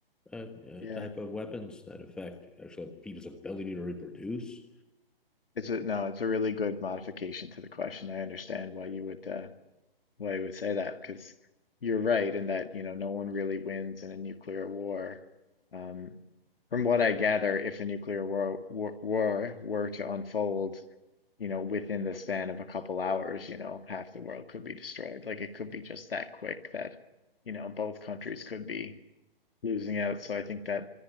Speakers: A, in the centre; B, on the left.
A: uh, uh,
B: Yeah.
A: type of weapons that affect actually people's ability to reproduce.
B: It's a no, it's a really good modification to the question. I understand why you would uh, Why we would say that because you're right in that you know no one really wins in a nuclear war. Um, from what I gather, if a nuclear war, war war were to unfold, you know, within the span of a couple hours, you know, half the world could be destroyed. Like it could be just that quick that, you know, both countries could be losing out. So I think that,